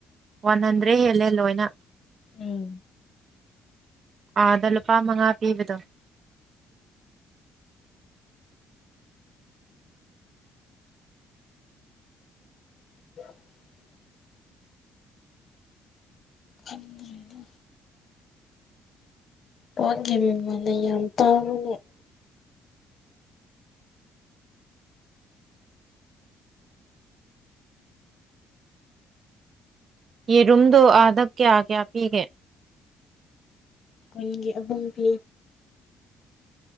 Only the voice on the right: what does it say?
ꯋꯥꯟ ꯍꯟꯗ꯭ꯔꯦꯠ ꯍꯦꯜꯂꯦ ꯂꯣꯏꯅ
ꯑꯥꯗ ꯂꯨꯄꯥ ꯃꯉꯥ ꯄꯤꯕꯗꯣ
ꯌꯦꯔꯨꯝꯗꯣ ꯑꯥꯗ ꯀꯌꯥ ꯀꯌꯥ ꯄꯤꯒꯦ